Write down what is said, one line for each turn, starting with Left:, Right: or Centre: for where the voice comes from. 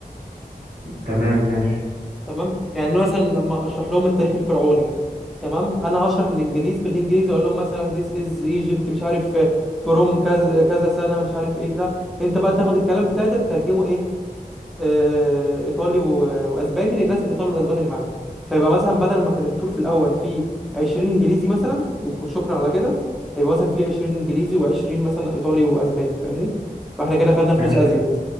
Right: تمام ماشي
Centre: تمام يعني انا مثلا لما اشرح لهم التاريخ الفرعوني تمام انا هشرح الانجليز بالانجليزي اقول لهم مثلا this is Egypt مش عارف from كذا كذا سنه مش عارف ايه كده انت بقى تاخد الكلام بتاعي ده تترجمه ايه آه، ايطالي و- واسباني للناس الايطالي والاسباني اللي معانا فيبقى مثلا بدل ما كان التور في الاول فيه 20 انجليزي مثلا وشكرا على كده هيبقى مثلا فيه 20 انجليزي و20 مثلا ايطالي واسباني فاهمني فاحنا كده خدنا فلوس
Right: انا شايف
Centre: ازيد